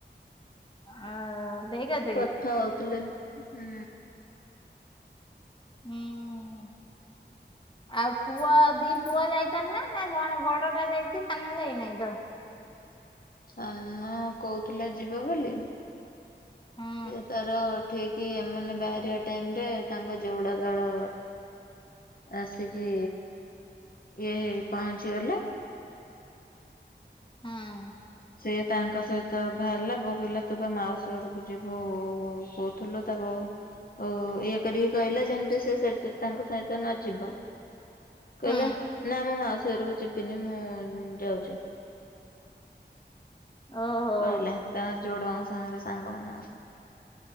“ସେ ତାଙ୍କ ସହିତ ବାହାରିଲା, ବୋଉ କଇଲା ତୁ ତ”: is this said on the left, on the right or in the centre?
Left